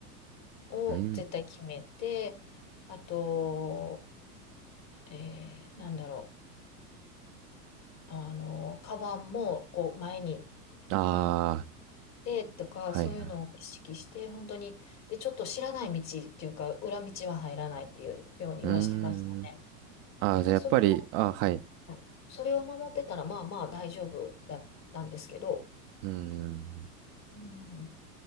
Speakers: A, on the left; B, on the right.
A: を絶対決めて、
B: うん、
A: あと、えーなんだろう。あの、カバンもこう前に
B: あ
A: で、とか、
B: あ、
A: そういうのを意識して、
B: はいはい、
A: 本当に、で、ちょっと知らない道っていうか、裏道は入らないっていうようにはしてましたね。
B: うーん、ああ、
A: で、
B: じゃあやっぱり、
A: まあ、それ
B: ああ、はい、
A: は、はいそれを守ってたら、まあまあ大丈夫だったんですけど、
B: うーん。
A: うん、